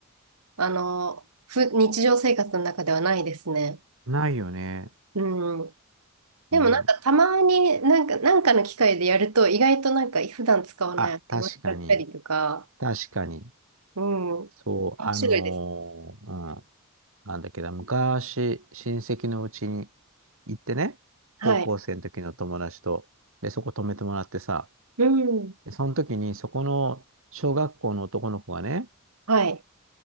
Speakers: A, on the right; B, on the right.
A: あのーふ、日常生活の中ではないですね。
B: ないよね。
A: うん。
B: ね。
A: でもなんかたまになんか、なんかの機会でやると、意外となんか普段使わない頭使ったりとか、
B: あ、確かに。確かに。
A: うん。
B: そう、
A: 面白いです。
B: あのーうん。なんだっけど、昔、親戚のうちに行ってね、
A: はい。
B: 高校生の時の友達と、で、そこ泊めてもらってさ、
A: うん。
B: でその時に、そこの小学校の男の子がね、
A: はい。